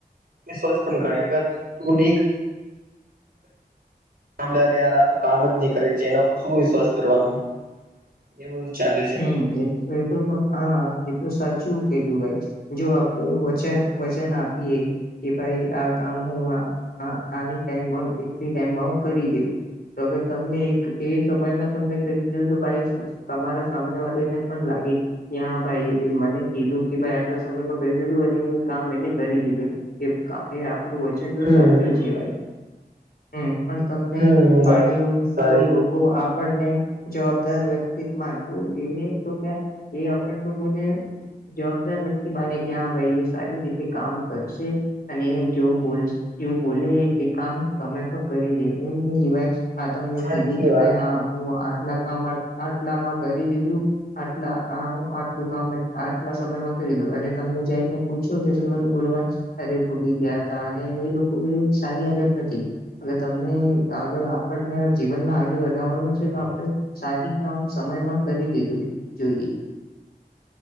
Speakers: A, on the right (about 65°); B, on the left (about 70°).
A: સ્થન કરે અગર તું ની સાામભળાર યાર આ તો કામ જ નની કરે છે. એના ઉપર શું વિશ્વાસ કરવાનું. એવું ચાલે. છે
B: હમ એ એ તો હા એતો સાચું કિધું ભાઈ જો આપણેે વચન વચન આપીએ. કે ભાઈ આ કામ હું આ ટ એટ ટાઈમમાં હું કરી દેઉ. તો અગર તમને એક એ સમયમાં તમને કરી દીધું તો ભાઈ તમારા સામને વાળી ને પણ લાગી ત્યાં ભાઈ એ મને કીધું કે ભાઈ આટલા સમયમાં ક દીધું અને કામ એને કરી દીધું એ આપણું સાચો
A: હમ
B: છે ભાઈ હમ પણ તમને
A: હમ
B: પાણીઓ
A: વાત સારી
B: તો હું આપણને જવાબદાર વ્યક્તિતન તો એને તો ક એ આપણ લોકોને જવાબદાર વ્યક્તિ માને કે હા ભાઈ એ સારી રીતે કામ કરશે. અને જો બોલ જેવ બોલે તે કામ સમય પર કરી દે એમની દિવાઈસ આ તમને
A: સાચી
B: કીધું કે
A: વાત
B: ભાઈ હા હું આટલા કામ આટલામાં કરી દીધું આટલા આટલું કામ આટલા સમયમાં કરી દું અને તમને જઈને પૂછ્યું તે સમય બોલો અરે ભૂલી ગયા ત અને એ લોકો એ સારી આદત નથી. અ તમને અગર આપણને જીવનમાં આગે વધારવાનું છે તો આપણે સારી કામ સમયમાં કરી દીધું જોઈએ.